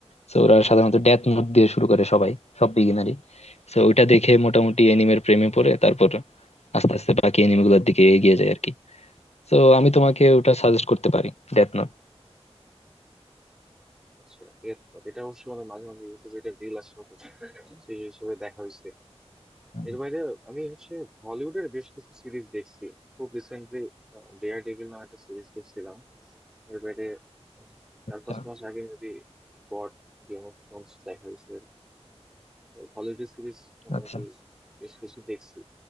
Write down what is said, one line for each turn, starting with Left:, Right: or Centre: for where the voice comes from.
Left: তো ওরা সাধারণত ডেথ নোট দিয়ে শুরু করে সবাই সব বিগিনারই তো ওইটা দেখে মোটামুটি এনিমের প্রেমে পড়ে তারপর আস্তে আস্তে বাকি এনিমে গুলোর দিকে এগিয়ে যায় আর কি তো আমি তোমাকে ওটা সাজেস্ট করতে পারি ডেথ নোট
Centre: আচ্ছা এর- এটা অবশ্য মানে মাঝে মাঝে ইউটিউবে এটা রিল আসে অনেক। সেই হিসেবে দেখা হয়েছে
Left: হুম,
Centre: এর বাইরে আমি হচ্ছে হলিউডের বেশ কিছু সিরিজ দেখছি খুব রিসেন্টলি ডেয়ার ডেভিল নামে একটা সিরিজ দেখছিলাম এর বাইরে উম, চার
Left: আচ্ছা
Centre: পাঁচ মাস আগে maybe god Game of Thrones দেখা হয়েছে হলিউডের সিরিজ মোটামুটি
Left: আচ্ছা
Centre: বেশ কিছু দেখছি